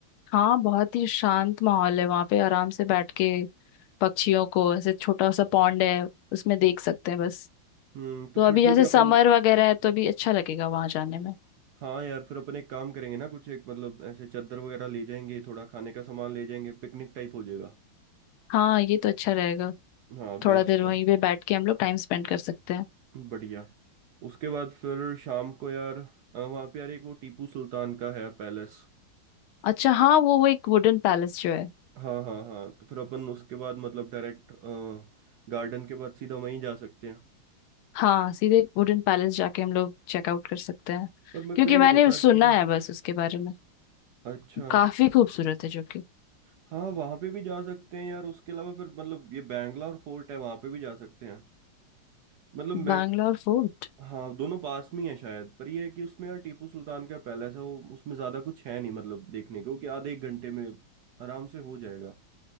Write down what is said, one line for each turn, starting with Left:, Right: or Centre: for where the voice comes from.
Left: हाँ बहुत ही शांत माहौल है वहां पे आराम से बैठ के पक्षियों को ऐसे छोटा सा पॉन्ड है उसमें देख सकते हैं बस
Right: हम्म तो
Left: तो
Right: फिर
Left: अभी जैसे
Right: ठीक है अपन
Left: समर वगैरह है तो अभी अच्छा लगेगा वहां जाने में
Right: हाँ यार फिर अपन एक काम करेंगे ना कुछ एक मतलब ऐसे चादर वगैरह ले जाएंगे थोड़ा खाने का सामान ले जाएंगे पिकनिक टाइप हो जाएगा
Left: हाँ ये तो अच्छा रहेगा
Right: हाँ बेस्ट
Left: थोड़ा देर वहीं
Right: है
Left: पे बैठ के हम लोग टाइम स्पेंड कर सकते हैं
Right: बढ़िया उसके बाद फिर शाम को यार अ, वहाँ पे यार एक वो टीपू सुल्तान का है पैलेस
Left: अच्छा हाँ वो वो एक वुडन पैलेस जो है
Right: हाँ हाँ हाँ तो फिर अपन उसके बाद मतलब डायरेक्ट गार्डन के बाद सीधा वहीं जा सकते हैं
Left: हाँ सीधे वुडन पैलेस जाके हम लोग चेकआउट कर सकते हैं
Right: पर मेरे
Left: क्योंकि
Right: को ये नहीं
Left: मैंने
Right: पता
Left: सुना
Right: कि
Left: है बस उसके बारे में
Right: अच्छा
Left: काफी खूबसूरत है जो कि
Right: हाँ वहाँ पे भी जा सकते हैं यार उसके अलावा फिर मतलब ये बैंगलोर फोर्ट है वहाँ पे भी जा सकते हैं मतलब मैं
Left: बैंगलोर फोर्ट
Right: हाँ दोनों पास में ही है शायद पर ये है कि उसमें यार टीपू सुल्तान का पैलेस है वो उसमें ज़्यादा कुछ है नहीं मतलब देखने को कि आधे एक घंटे में आराम से हो जाएगा